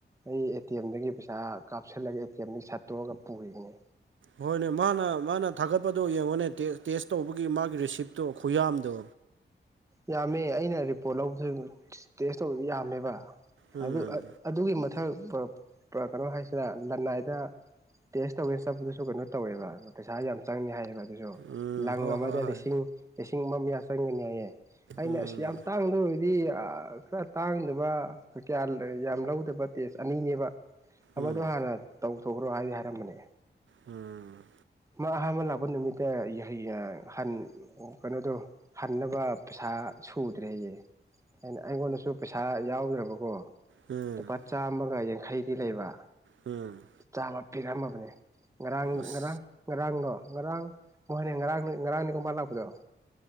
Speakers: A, on the right (about 15°); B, on the right (about 80°).
A: ꯑꯩ ꯑꯦ ꯇꯤ ꯑꯦꯝꯗꯒꯤ ꯄꯩꯁꯥ ꯀꯥꯞꯁꯤꯜꯂꯒ ꯑꯦ ꯇꯤ ꯑꯦꯝꯗꯒꯤ ꯁꯠꯇꯣꯛꯑꯒ ꯄꯨꯔꯤꯕꯅꯦ
B: ꯍꯣꯏꯅꯦ ꯃꯥꯅ ꯃꯥꯅ ꯊꯥꯒꯠꯄꯗꯣ ꯌꯦꯡꯉꯨꯅꯦ ꯇꯦꯁ ꯇꯧꯕꯒꯤ ꯃꯥꯒꯤ ꯔꯤꯁꯤꯞꯇꯣ ꯈꯨꯌꯥꯝꯗꯣ
A: ꯌꯥꯝꯃꯦ ꯑꯩꯅ ꯔꯤꯄꯣꯔꯠ ꯂꯧꯕꯗꯨ ꯇꯦꯁ ꯇꯧꯕ ꯌꯥꯝꯃꯦꯕ
B: ꯎꯝ
A: ꯑꯗꯨ ꯑꯗꯨꯒꯤ ꯃꯊꯛ ꯀꯩꯅꯣ ꯍꯥꯏꯁꯤꯅ ꯂꯅꯥꯏꯗ ꯇꯦꯁ ꯇꯧꯒꯦꯁ ꯆꯠꯄꯗꯨꯁꯨ ꯀꯩꯅꯣ ꯇꯧꯋꯦꯕ ꯄꯩꯁꯥ ꯌꯥꯝ ꯆꯪꯉꯤ ꯍꯥꯏꯌꯦꯕ ꯑꯗꯨꯁꯨ
B: ꯎꯝ
A: ꯂꯪ
B: ꯍꯣꯏ
A: ꯑꯃꯗ
B: ꯍꯣꯏ ꯍꯣꯏ
A: ꯂꯤꯁꯤꯡ ꯂꯤꯁꯤꯡ ꯑꯃ ꯃꯌꯥ ꯆꯪꯒꯅꯤ ꯍꯥꯏꯌꯦ ꯑꯩꯅ
B: ꯎꯝ
A: ꯑꯁ ꯌꯥꯝ ꯇꯥꯡꯕ ꯑꯣꯏꯗꯤ ꯌꯥ ꯈꯔ ꯇꯥꯡꯗꯕ ꯀꯌꯥ ꯂꯩ ꯌꯥꯝ ꯂꯧꯗꯕ ꯇꯦꯁ ꯑꯅꯤꯅꯦꯕ ꯑꯃꯗꯣ
B: ꯎꯝ
A: ꯍꯥꯟꯅ ꯇꯧꯊꯣꯛꯈ꯭ꯔꯣ ꯍꯥꯏꯗꯤ ꯍꯥꯏꯔꯝꯕꯅꯦ
B: ꯎꯝ
A: ꯃꯥ ꯑꯍꯥꯟꯕ ꯂꯥꯛꯄ ꯅꯨꯃꯤꯠꯇ <unintelligible> ꯍꯟ ꯀꯩꯅꯣꯗꯣ ꯍꯟꯅꯕ ꯄꯩꯁꯥ ꯁꯨꯗ꯭ꯔꯦꯌꯦ ꯑꯩꯅ ꯑꯩꯉꯣꯟꯗꯁꯨ ꯄꯩꯁꯥ ꯌꯥꯎꯗ꯭ꯔꯕꯀꯣ
B: ꯎꯝ
A: ꯂꯨꯄꯥ ꯆꯥꯝꯃꯒ ꯌꯥꯡꯈꯩꯗꯤ ꯂꯩꯕ
B: ꯎꯝ
A: ꯆꯥꯝꯃꯥ ꯄꯤꯔꯝꯃꯕꯅꯦ ꯉꯔꯥꯡ
B: ꯑꯁ
A: ꯉꯔꯥꯡ ꯉꯔꯥꯡꯗꯣ ꯉꯔꯥꯡ ꯃꯣꯏꯅꯦ ꯉꯔꯥꯡ ꯉꯔꯥꯡ ꯅꯤꯀꯣ ꯃꯥ ꯂꯥꯛꯄꯗꯣ